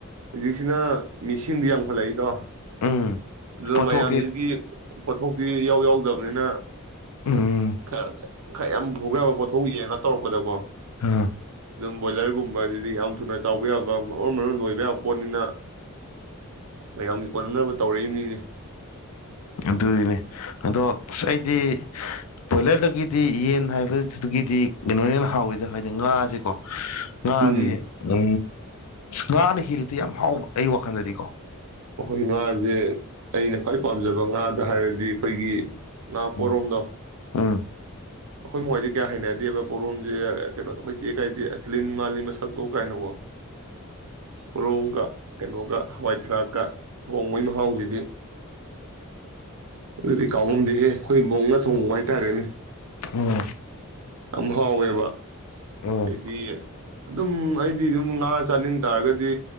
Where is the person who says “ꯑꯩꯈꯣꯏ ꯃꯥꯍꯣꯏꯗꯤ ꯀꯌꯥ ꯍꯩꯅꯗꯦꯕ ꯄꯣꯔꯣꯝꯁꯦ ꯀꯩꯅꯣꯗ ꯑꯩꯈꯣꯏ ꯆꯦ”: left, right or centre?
Right